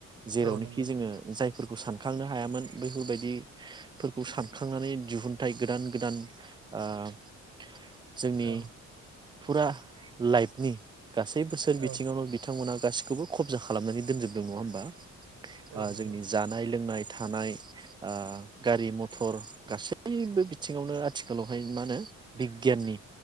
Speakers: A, on the right; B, on the right.
A: जेरावनोखि
B: औ नंगौ नंगौ
A: जोङो जायफोरखौ सान सानखांनो हायामोन बैफोरबायदि फोरखौ सानखांनानै दिहुनथाइ गोदान गोदान ओ - जोंनि
B: औ
A: फुरा लाइफनि गासै बोसोर
B: औ
A: बिथिङावल' बिथांमोना गासै खौबो खबजा खालामनानै दोनजोबदों नङा होमबा?
B: औ
A: ओ-
B: नंगौ
A: जोंनि जानाय लोंनाय थानाय ओ- गारि मथर गासैबो बिथिङावनो आथिखालावहाय मा होनो बिगियाननि